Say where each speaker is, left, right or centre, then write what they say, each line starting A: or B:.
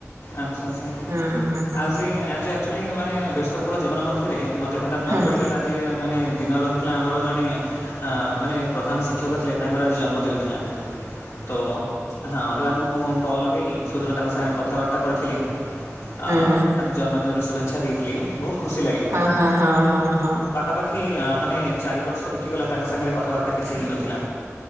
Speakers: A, on the left; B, on the right.
A: ଆଚ୍ଛା ଆଚ୍ଛା
B: ହଁ ହଁ ହଁ
A: ଆଜି ଆଜି ଆକ୍ଚୁଲି ମାନେ ବ୍ୟସ୍ତବହୁଳ ଜୀବନ ମଧ୍ୟରେ ମତେ ହଠା ଠାତ୍ ମନ
B: ହଁ
A: ପଡ଼ିଗଲା ଆ ଆଜି ଯେ ମାନେ ଦିନ ରହିଥିଲା ଆମର ଜଣେ ମାନେ ପ୍ରଧାନ ଶିକ୍ଷକ ଥିଲେ ତାଙ୍କର ଆଜି ଜନ୍ମଦିନ ଥିଲା। ତ ହଁ ତ ତାଙ୍କୁ ମୁଁ କଲ୍ ଲଗେଇ ସୁଦୂର ତାଙ୍କ ସାଙ୍ଗରେ କଥାବାର୍ତ୍ତା କରିଥିଲି ଆ
B: ହଁ
A: ତାଙ୍କ ଜନ୍ମଦିନର ଶୁଭେ ଛା ଦେଇଥିଲି ବହୁତ ଖୁସି ଲାଗିଲା।
B: ଆଁ ହା ହଁ ହଁ ହଁ।
A: ପାଖାପାଖି ଆଁ ମାନେ ଚାରି ବର୍ଷ ବିତିଗଲା ତାଙ୍କ ସାଙ୍ଗରେ କଥାବାର୍ତ୍ତା କିଛି ହେଇନଥିଲା।